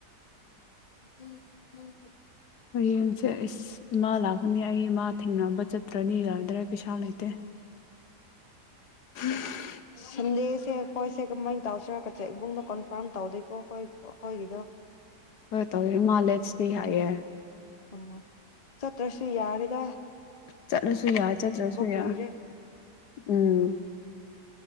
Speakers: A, on the left; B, on the left.
A: ꯎ ꯎꯝ ꯍꯝ
B: ꯍꯁꯦ ꯏꯃꯥ ꯂꯥꯛꯀꯅꯤ ꯑꯩ ꯏꯃꯥ ꯊꯦꯡꯅꯕ ꯆꯠ ꯭ꯔꯅꯤꯒꯗ꯭ꯔꯦ ꯄꯤꯁꯥ ꯂꯩꯇꯦ
A: ꯎꯝ
B: ꯎ
A: ꯁꯟꯗꯦꯁꯦ ꯑꯩꯈꯣꯏꯁꯦ ꯀꯃꯥꯏꯅ ꯇꯧꯁꯤꯔꯒꯠꯦ ꯏꯕꯨꯡꯗ ꯀꯣꯟꯐꯥꯔꯝ ꯇꯧꯗꯣꯏ ꯑꯣ ꯑꯩꯣꯏ ꯀꯣꯏ ꯂꯤꯗꯣ
B: ꯍꯣꯏ ꯇꯧꯋꯦ ꯏꯃꯥꯂꯦꯁꯅꯤ ꯍꯥꯏꯌꯦꯦ
A: ꯑꯣ ꯁꯠꯇ꯭ꯔꯁꯤ ꯌꯥꯔꯗ
B: ꯆꯠꯂꯁꯨ ꯌꯥ ꯆꯠꯇ꯭ꯔꯁꯨ
A: ꯀꯨꯏꯔꯦ
B: ꯌꯥ ꯎꯝ